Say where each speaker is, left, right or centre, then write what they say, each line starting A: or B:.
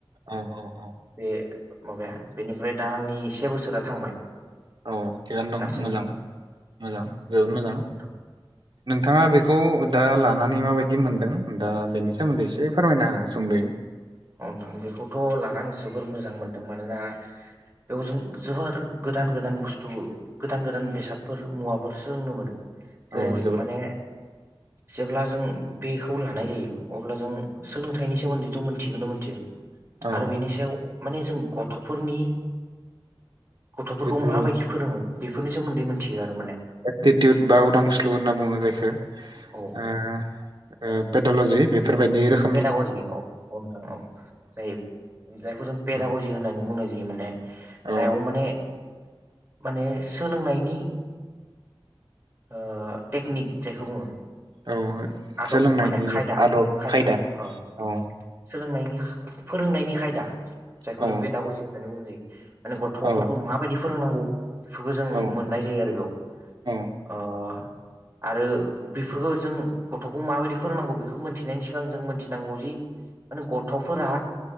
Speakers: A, on the right (about 55°); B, on the right (about 25°).
A: औ औ औ
B: बे माबाया बेनिफ्राय दा आंनि से बोसोरा थांबाय।
A: औ थिगानो दं
B: दासिम
A: मोजां-मोजां जोबोद मोजां।
B: औ नोंथां
A: नोंथाङा बेखौ दा लानानै माबायदि मोनदों दा बेनि सोमोन्दै एसे फोरमायना हो सुंद'यै।
B: औ नोंथां बेखौथ' लानानै आं जोबोर मोजां मोनदों मानोना बेयाव जों जोबोर गोदान-गोदान बुस्थु गोदान-गोदान बेसादफोर मुवाफोर सोलोंनो मोनो
A: औ
B: जेरै
A: जोबोद
B: माने जेब्ला जों बेखौ लानाय जायो अब्ला जों सोलोंथाइनि सोमोन्दैथ' मोन थिगोनो मोनथिगोन
A: औ
B: आरो बेनि सायाव माने जों गथ'फोरनि गथ'फोरखौ
A: जिथु
B: माबायदि फोरोङो बेफोरनि सोमोन्दै मिथियो आरो माने।
A: एटिटिउत बा उदांस्लु होनना बुङो जायखौ
B: औ
A: ओ ओ पेडल'जि बेफोरबायदि रोखोम
B: पेदागजि औ-औ नथाङा औ जायो जायखौ जों पेदागजि
A: उम
B: होननानै बुंनाय जायो माने
A: औ
B: जायाव माने-माने सोलोंनायनि ओ टेकनिक जायखौ बुङो
A: औ
B: आदब
A: सोलोंनायनि
B: माने खायदा-खायदा
A: आदब खायदा
B: ओ
A: औ
B: सोलोंनायनि फोरोंनायनि खायदा जायखौ
A: औ
B: जों पेदागजि उन्दै -उन्दै माने गथ'फोरखौ
A: औ
B: माबायदि फोरोंनांगौ बेफोरखौ जों
A: औ
B: मोननाय जायो आरो बेयाव।
A: औ
B: ओ आरो बेफोरखौ जों गथ'खौ माबायदि फोरोंनांगौ बेखौ मोनथिनायनि सिगां जों मिथिनांगौ जि माने गथ'फोरा